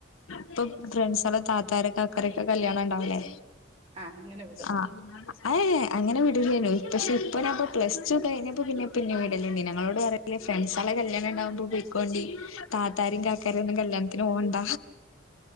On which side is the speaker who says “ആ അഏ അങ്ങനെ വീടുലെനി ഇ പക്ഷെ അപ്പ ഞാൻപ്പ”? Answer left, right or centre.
Left